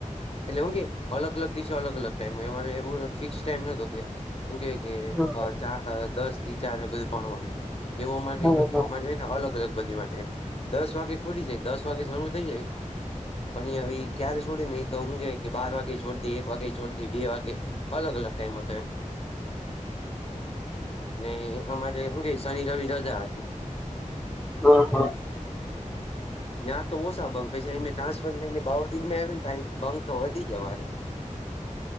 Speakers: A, on the left (about 50°); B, in the centre.
A: એટલે હું કે અલગ અલગ દિવસે અલગ અલગ ટાઈમ હોય. અમારે એવું ફિક્સ ટાઈમ નતો કે શું કેવાય કે
B: હા
A: ચાર દસ થી ચાર વાગ્યા સુધી ભણવાનું એવું અમારે
B: હા હા
A: કઈ નતું અમારે અલગ અલગ બધી માટેમ દસ વાગે ખુલી જાય દસ વાગે શરૂ થઇ જાય. પણ ઈ હવે ક્યારે છોડે ન ઈ તો હું કેવાય કે બાર વાગે છોડ દે ને એક વાગે છોડ દે બે વાગે અલગ અલગ ટાઈમ હતો એમ ને અમા તઈ શુંકે કે શની-રવિ રજા હતી.
B: હા હા
A: ન્યા તો ઓસા બંક પસી અમિ ટ્રાન્ફર લઈને બાવદિનમાં આવ્યાની તો બંક તો વધી ગયા અમારે